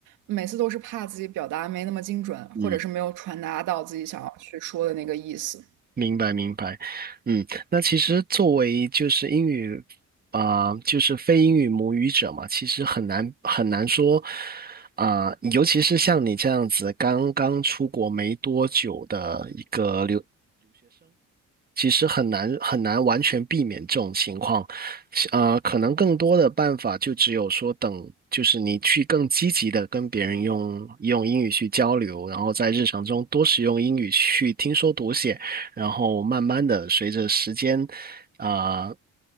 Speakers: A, on the right; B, on the right.
A: 每次都是怕自己表达没那么精准，
B: 嗯，
A: 或者是没有传达到自己想要去说的那个意思。
B: 明白明白，嗯，那其实作为就是英语啊、就是非英语母语者嘛，其实很难很难说啊、尤其是像你这样子刚刚出国没多久的一个留其实很难很难完全避免这种情况，呃，可能更多的办法就只有说等，就是你去更积极的跟别人用用英语去交流，然后在日常中多使用英语去听说读写，然后慢慢的随着时间。啊